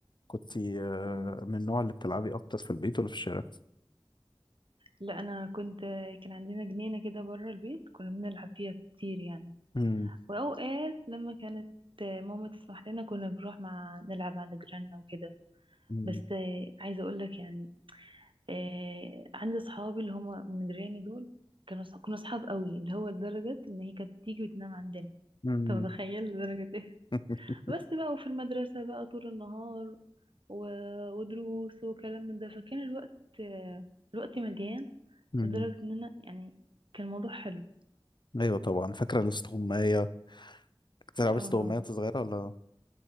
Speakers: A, on the left; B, on the right.
A: كنت آه،
B: مم.
A: من النوع اللي بتلعبي اكتر في البيت ولا في الشارع؟
B: لا انا كنت كان عندنا جنينه كده بره البيت كنا بنلعب فيها كتير يعني
A: أمم،
B: واوقات لما كانت ماما تسمح لنا كنا بنروح مع نلعب عند جيراننا وكده
A: أمم،
B: بس عايزه اقول لك يعني آه، عندي صحابي اللي هم من جيراني دول كانوا كنا صحاب قوي اللي هو لدرجه ان هي كانت تيجي وتنام عندنا
A: أمم،
B: انت متخيل لدرجه ايه
A: <laughs>
B: بس بقى وفي المدرسة بقى طول النهار و... ودروس وكلام من ده فكان الوقت الوقت مليان
A: أمم.
B: لدرجة ان انا يعني كان الموضوع حلو
A: ايوه طبعا فاكرة الاستغماية كنت بتلعبي
B: اه
A: استغماية وأنت صغيرة ولا